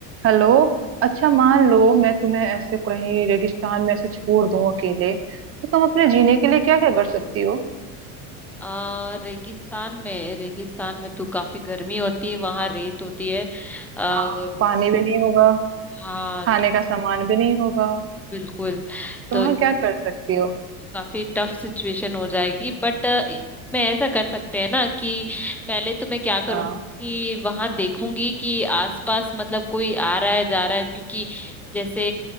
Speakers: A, on the right (about 30°); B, in the centre.
A: Hello अच्छा मान लो मैं तुम्हें ऐसे कहीं रेगिस्तान में ऐसे छोड़ दूं अकेले तो तुम अपने जीने के लिए क्या क्या कर सकती हो
B: आ, रेगिस्तान में रेगिस्तान में तो काफी गर्मी होती है वहां रेत होती है आ,
A: हाँ पानी भी नहीं होगा
B: हाँ
A: खाने
B: तो
A: का सामान भी नहीं होगा
B: बिल्कुल
A: तो
B: तो
A: वहाँ
B: ये
A: क्या कर सकती हो
B: तो काफी टफ सिचुएशन हो जाएगी बट मैं ऐसा कर सकते हैं ना कि पहले तो मैं क्या करूँगी
A: हाँ
B: कि वहां देखूंगी कि आसपास मतलब कोई आ रहा है जा रहा है क्योंकि जैसे